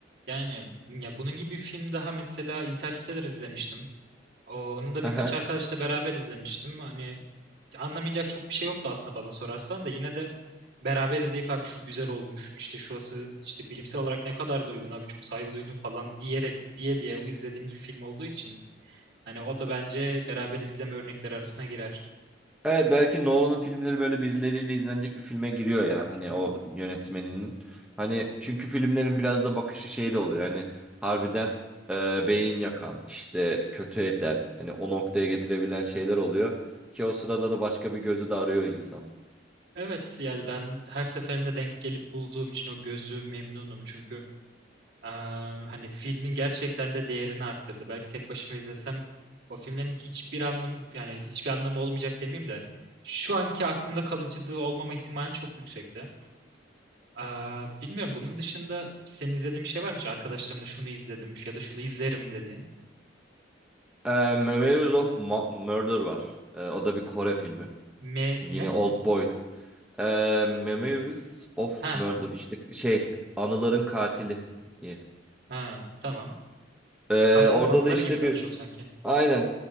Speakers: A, on the right; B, in the centre.
A: Yani ya bunun gibi bir film daha mesela Interstellar izlemiştim. Onu da
B: Hı
A: birkaç
B: hı.
A: arkadaşla beraber izlemiştim. Hani anlamayacak çok bir şey yoktu aslında bana sorarsan da yine de beraber izleyip abi şu güzel olmuş işte şurası işte bilimsel olarak ne kadar da uygun abi çok saygı duydum falan diyerek diye diye izlediğimiz bir film olduğu için hani o da bence beraber izleme örnekleri arasına girer.
B: Evet belki Nolan'ın filmleri böyle birileriyle izlenecek bir filme giriyor ya hani o yönetmeninin. Hani çünkü filmlerin biraz da bakışı şey de oluyor hani harbiden e, beyin yakan işte kötü eden hani o noktaya getirebilen şeyler oluyor. Ki o sırada da başka bir gözü de arıyor insan.
A: Evet yani ben her seferinde denk gelip bulduğum için o gözü memnunum çünkü Eee, hani filmin gerçekten de değerini arttırdı. Belki tek başıma izlesem o filmlerin hiçbir anlamı yani hiçbir anlamı olmayacak demeyeyim de şu anki aklımda kalıcılığı olmama ihtimali çok yüksekti. Eee, bilmiyorum bunun dışında senin izlediğin bir şey var mı? hiç? Arkadaşlarımla şunu izledim ya da şunu izlerim dediğin.
B: E, Memories of Mu- Murder var. E, o da bir Kore filmi.
A: Me
B: Yine
A: ne?
B: Old Boy'du. E, Memories of
A: Ha.
B: Murder işte şey anıların katili diye.
A: Ha tamam.
B: E,
A: Katilin
B: orada
A: anıları
B: da işte
A: gibi daha
B: bir
A: çok sanki.
B: Aynen.